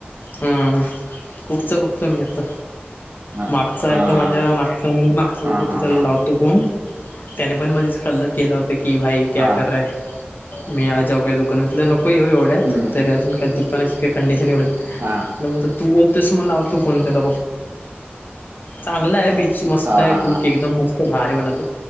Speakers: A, on the left; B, on the right.
A: हम्म <unintelligible> च बघतो मी आता
B: हां
A: मागचा
B: हां
A: आहे तो मला. मागचा
B: हां
A: होता
B: हां
A: त्याला
B: हां
A: लावतो फोन त्याने पण मध्येच कल्ला केला होता. <unintelligible>
B: हां
A: म्हटलं नको येऊ एवढ्
B: हम्म
A: तरी अजून काही दुकानाची काय कंडिशन एवढ
B: हां
A: मग तू बोलतोयस तर मी लावतो फोन त्याला चांगला आहे बी. मस्त
B: हां
A: आहे
B: हां
A: कूक
B: हां
A: एकदम मस्त भारी बनवतो